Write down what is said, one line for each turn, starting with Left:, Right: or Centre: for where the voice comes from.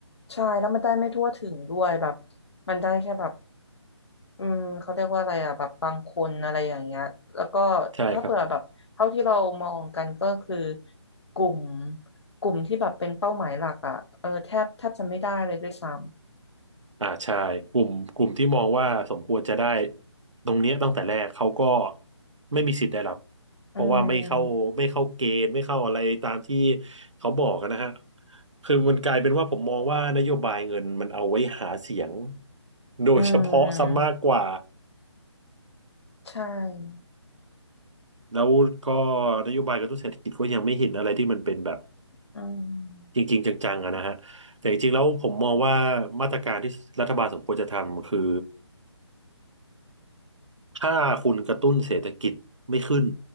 Left: ใช่แล้วมันได้ไม่ทั่วถึงด้วยแบบมันได้แค่แบบอืมเขาเรียกว่าอะไรอ่ะแบบบางคนอะไรอย่างเงี้ยแล้วก็
Right: ใช่ครับ
Left: ถ้าเปิดแบบเท่าที่เรามองกันก็คือกลุ่มกลุ่มที่แบบเป็นเป้าหมายหลักอ่ะเออแทบแทบจะไม่ได้เลยด้วยซ้
Right: อ่าใช่กลุ่มกลุ่มที่มองว่าสมควรจะได้ตรงเนี้ยตั้งแต่แรกเขาก็ไม่มีสิทธิ์ได้รับ
Left: ำอื
Right: เพราะว่าไม่เข้าไม่เข้าเกณฑ์ไม่เข้าอะไรตามที่
Left: ม
Right: เขาบอกกันนะฮะคือมันกลายเป็นว่าผมมองว่านโยบายเงินมันเอาไว้หาเสียงโดยเฉพาะซะมากกว่า
Left: อืมใช่
Right: แล้วก็นโยบายกระตุ้นเศรษฐกิจก็ยังไม่เห็นอะไรที่มันเป็นแบบ
Left: อืม
Right: จริงๆจังๆอะนะฮะแต่จริงๆแล้วผมมองว่ามาตรการที่รัฐบาลสมควรจะทำคือ ถ้าคุณกระตุ้นเศรษฐกิจไม่ขึ้น